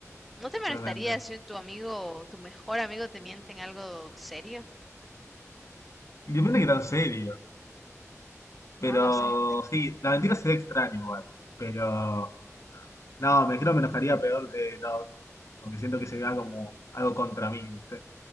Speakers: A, in the centre; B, on the left.
A: ¿No te molestaría
B: Realmente.
A: si tu amigo, tu mejor amigo te miente en algo serio?
B: Y depende de qué tan serio. Pero
A: No, no sé.
B: sí, la mentira sería extraño igual. Pero no, me creo me enojaría peor de la otra. Porque siento que sería como algo contra mí, ¿viste?